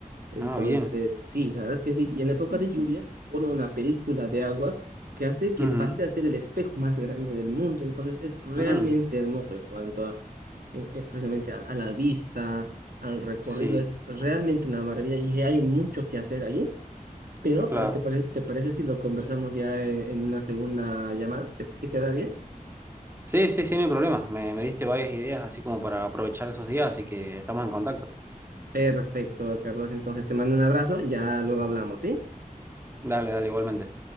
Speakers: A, on the right; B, on the right.
A: Entonces,
B: Ah, bien.
A: sí, la verdad que sí. Y en época de lluvia se forma una película de agua que hace que
B: Ujú.
A: pase a ser el espejo más grande del mundo. Entonces, es realmente
B: Mm,
A: hermoso en cuanto a eh, eh, precisamente a, a la vista, al recorrido.
B: Sí,
A: Es realmente una maravilla y hay mucho que hacer ahí. Pero,
B: claro.
A: eh, ¿te parece, te parece si lo conversamos ya eh, en, una segunda llamada? ¿Te, te queda bien?
B: Sí, sí, sí, no hay problema. Me, me diste varias ideas así como para aprovechar esos días, así que estamos en contacto.
A: Perfecto, Carlos. Entonces te mando un abrazo y ya luego hablamos, ¿sí?
B: Dale, dale, igualmente.